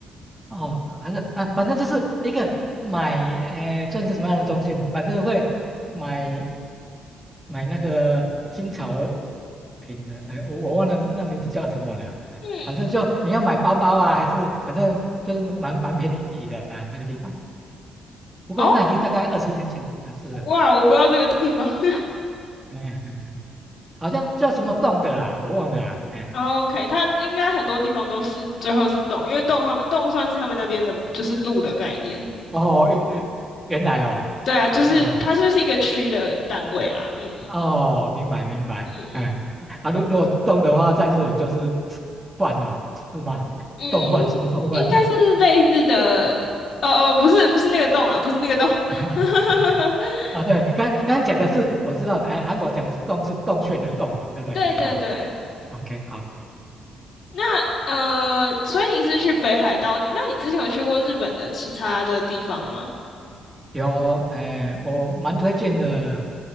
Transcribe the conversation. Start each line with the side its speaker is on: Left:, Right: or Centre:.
Right: 哦，还是啊，反正就是一个买，呃，算是什么样的中心，反正会买买那个新潮品的，哎，我我忘了那名字叫什么了，哎，
Left: 嗯，
Right: 反正就你要买包包啊，还是反正就是蛮蛮便宜的、啊、那个地方。不过那已经大概二十年前的事了，
Left: 哦，哇，我不知道这个地方。<laughs>
Right: 哎嗯嗯嗯好像叫什么洞的啦，我忘了啊，哎
Left: 然后 OK，它应该很多地方都是最后是洞，因为洞他们洞算是他们那边的，就是路的概念。
Right: 哦，原原原来哦，
Left: 对啊，就是它就是一个区的单位啦。
Right: 哦
Left: 嗯嗯
Right: 哦，明白明白，
Left: 嗯嗯。
Right: 哎，啊，如如果动的话，在日文就是饭了，是吗？
Left: 嗯，
Right: 动饭什么动饭呢？
Left: 应应该是类似的。哦哦，不是不是那个洞了，不是那个洞。
Right: <laughs>
Left: <laughs>
Right: 啊，对，刚刚刚讲的是我知道，哎，韩国讲的是洞是洞穴的洞嘛，对不对？
Left: 对对对，
Right: 啊，OK，好，
Left: 那呃，所以你是去北海道？你那你之前有去过日本的其他的地方吗？
Right: 有，哎，我蛮推荐的，